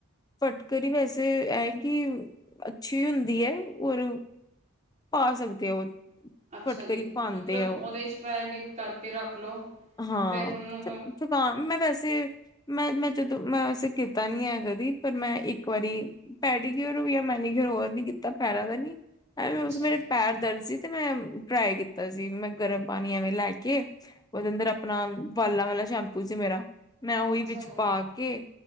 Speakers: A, on the left; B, on the right.
A: ਫਟਕਰੀ ਵੈਸੇ ਐ ਕੀ ਅ ਅੱਛੀ ਹੁੰਦੀ ਹੈ, ਔਰ ਪਾ ਸਕਦੇ ਆ ਉਹ।
B: ਅੱਛਾ
A: ਫਟਕਰੀ
B: ਜੀ,
A: ਪਾਉਂਦੇ
B: ਮਤਲਬ
A: ਆ ਉਹ
B: ਉਹਦੇ ਚ ਪੈਰ ਡਿਪ ਕਰਕੇ ਰੱਖ ਲਓ।
A: ਹਾਂ
B: ਫਿਰ ਉਹਨੂੰ
A: ਥ ਥਕਾਨ ਮੈਂ ਵੈਸੇ ਮੈਂ-ਮੈਂ ਜਦੋਂ ਮੈਂ ਵੈਸੇ ਕੀਤਾ ਨੀ ਹੈ ਕਦੀ, ਪਰ ਮੈਂ ਇੱਕ ਵਾਰੀ ਪੈਡੀਕਿਉਰ ਵੀ ਏ, ਮੈਨੀਕਿਓਰ ਹੋਰ ਨੀ ਕੀਤਾ, ਪੈਰਾਂ ਦਾ ਨੀ ਮੈਮ
B: ਅੱਛਾ
A: ਉਸ ਸਮੇਂ ਮੇਰੇ ਪੈਰ ਦਰਦ ਸੀ। ਤੇ ਮੈਂ ਟਰਾਈ ਕੀਤਾ ਸੀ, ਮੈਂ ਗਰਮ ਪਾਣੀ ਐਵੇਂ ਲੈ ਕੇ ਉਹਦੇ ਅੰਦਰ ਆਪਣਾ ਵਾਲਾਂ ਵਾਲਾ ਸ਼ੈੰ ਪੂ ਸੀ ਮੇਰਾ, ਮੈਂ ਉਹੀ
B: ਅੱਛਾ
A: ਵਿੱਚ
B: ਜੀ
A: ਪਾ ਕੇ